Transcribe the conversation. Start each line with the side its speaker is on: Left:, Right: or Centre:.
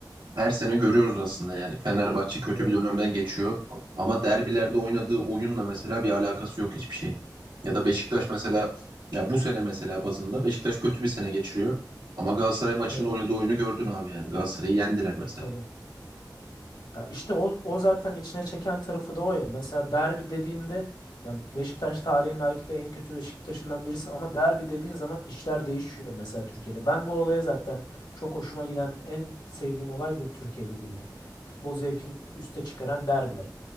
Right: Her sene görüyoruz aslında yani. Fenerbahçe kötü
Left: Evet.
Right: bir dönemden geçiyor. Ama derbilerde oynadığı oyunla mesela bir alakası yok hiçbir şeyin. Ya da Beşiktaş
Left: Ya
Right: mesela ya bu sene mesela bazında Beşiktaş kötü bir sene geçiriyor. Ama Galatasaray maçında
Left: evet.
Right: oynadığı oyunu gördün abi yani. Galatasaray'ı yendiler mesela.
Left: Ya tabii. Ya işte o, o zaten içine çeken tarafı da o ya. Mesela derbi dediğinde ya Beşiktaş tarihin belki de en kötü Beşiktaş'ından birisi ama derbi dediğin zaman işler değişiyor mesela Türkiye'de. Ben bu olaya zaten çok hoşuma giden en sevdiğim olay bu Türkiye Ligi'nde. Futbol zevkini üste çıkaran derbiler.